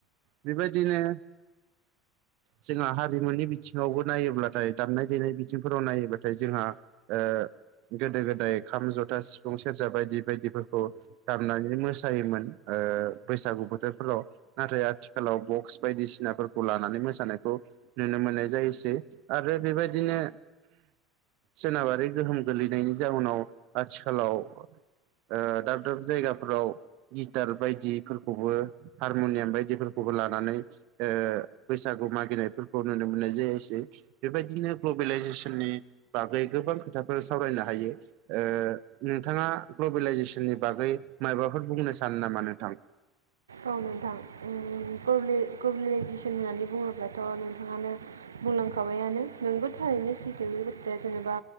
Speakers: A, on the right; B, on the right.
A: बेबायदिनो जोंहा हारिमुनि बिथिङावबो नायोब्ला नाथाय दामनाय-देनाय बिथिंफोराव नायोबाथाय जोंहा ओ गोदो-गोदाय खाम-जथा सिफुं-सेरजा बायदि बायदिफोरखौ दामनानै मोसायोमोन। ओ बैसागु बोथोरफोराव नाथाय आथिखालाव बक्स बायदिसिनाफोरखौ लानानै मोसानायखौ नुनो मोननाय जायोसै। आरो बेबायदिनो सोनाबारि गोहोम गोलैनायनि जाउनाव आथिखालाव ओ दाब दाब जायगाफोराव गिटार बायदिफोरखौबो हारमुनियाम बायदिफोरखौबो लानानै ओ बैसागु मागिनायफोरखौ नुनो मोननाय जायोसै। बेबायदिनो ग्ल'बेलायजेस- नि बागै गोबां खोथाफोर सावरायनो हायो। ओ नोंथाङा ग्लबेलाइजेस- नि बागै मायबाफोर बुंनो सानो नामा नोंथां?
B: औ नोंथां उम ग्लबे-ग्लबेलाइजेसन होननानै बुङोब्लाथ' नोंथाङानो बुंलांखाबायानो। नोंगौ थारैनो सैथो बे बाथ्राया जेनेबा